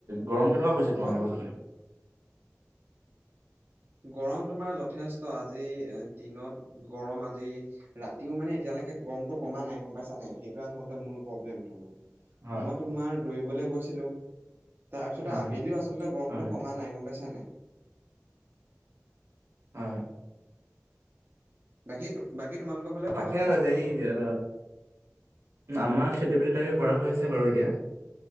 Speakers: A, on the right; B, on the right.
A: গৰম কেনেকুৱা
B: অ
A: পৰিছে তোমালোকৰ
B: মই
A: ফালে?
B: গৰম তোমাৰ যথেষ্ট, আজি দিনত গৰম আজি ৰাতিও মানে এতিয়ালৈকে গমৰটো কমা নাই গম পাইছা নাই, সেইটোৱে আচলতে মোৰ প্ৰব্লেমটো মানে।
A: হয়
B: মই তোমাৰ দৌৰিবলে গৈছিলো। তাৰপিছতে
A: হয়
B: আবেলিও আচলতে গৰমটো
A: হয়
B: কমা নাই, গম পাইছা নাই?
A: হয়।
B: বাকী, বাকী তোমালোকৰ ফালে কোৱাচোন
A: তাকে আৰু হেৰি, আমাৰ খেতি বাতি তাকে কৰা হৈছে বাৰু এতিয়া।